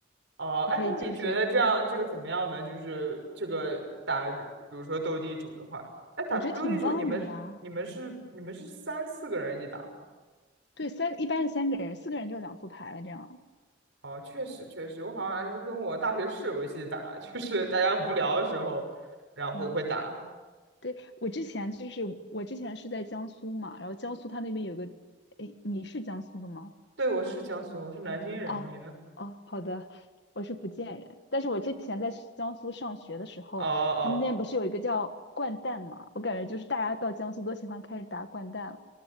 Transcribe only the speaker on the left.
你可以就是，
我觉得挺棒的呀。
对，三一般是三个人，四个人就是两副牌了，这样。
哎，对，我之前就是我之前是在江苏嘛，然后江苏它那边有个，哎，你是江苏的吗？
啊哦，
好的，我是福建人，但是我之前在江苏上学的时候，
他们那边不是有一个叫掼蛋嘛？我感觉就是大家到江苏都喜欢开始打掼蛋了。